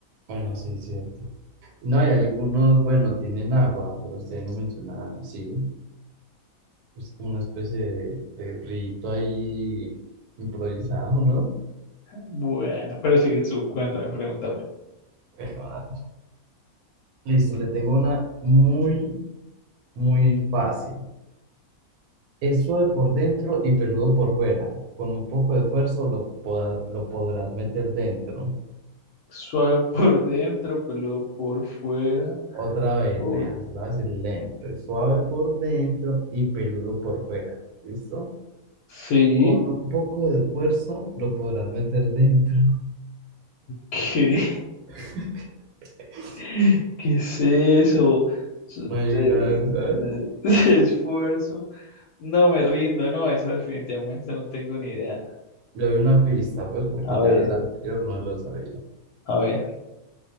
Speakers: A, on the right (about 85°); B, on the left (about 85°).
A: bueno, sí, es cierto. No, hay algunos, bueno, tienen agua, pero usted no menciona, sí, es como una especie de, de rito ahí improvisado, ¿no?
B: Bueno, pero sigue su cuéntame, pregúntame.
A: Bueno, ah, listo, le tengo una muy, muy fácil. Es suave por dentro y peludo por fuera. Con un poco de esfuerzo lo, poda- lo podrás meter dentro.
B: Suave <laughs> por dentro, peludo por fuera.
A: Otra vez,
B: Uy,
A: vea, se lo voy a decir lento. Es suave por dentro y peludo por fuera. ¿Listo?
B: sí.
A: Con un poco de esfuerzo lo podrás meter dentro.
B: ¿Qué?
A: <laughs>
B: <laughs> ¿Qué es eso? Su-
A: No hay
B: te-
A: una de esas.
B: <laughs> Esfuerzo. No me rindo, no, esa definitivamente no tengo ni idea.
A: Le doy una pista, pues, porque
B: A
A: ya
B: ver,
A: la anterior no lo sabía.
B: a ver,